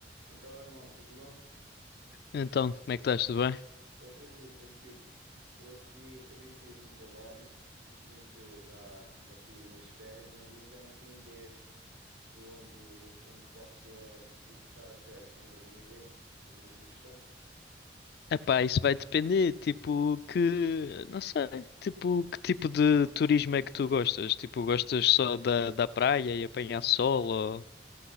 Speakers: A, on the right (about 85°); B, on the left (about 60°).
A: Então, irmão, tudo bom?
B: Então, como é que estás? Tudo bem?
A: Estou tranquilo, tranquilo. Estou aqui, acabei de sair do trabalho. Felizmente já marquei as minhas férias, mas ainda não tenho ideias de onde, onde posso eh, ir passar as férias. Tens alguma ideia? Alguma sugestão?
B: Epá, isso vai depender, tipo, que, não sei, tipo, que tipo de turismo é que tu gostas? Tipo, gostas só da, da praia e apanhar sol ou